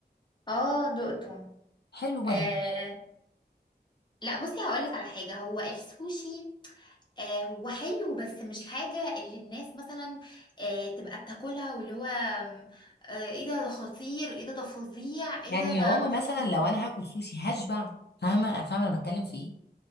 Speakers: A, on the left (about 25°); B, on the left (about 75°).
A: اه دقته
B: حلو
A: آه.
B: ولا
A: لا بصي هقولك على حاجة هو السوشي آه هو حلو بس مش حاجة اللي الناس مثلا آه تبقى بتاكلها واللي هو آم، آه ايه ده ده خطير ايه ده ده فظيع ايه
B: يعني
A: ده ده
B: يا ماما
A: مفيش
B: مثلا
A: <laughs>
B: لو انا هاكل سوشي هشبع فاهمه فاهمه انا بتكلم في ايه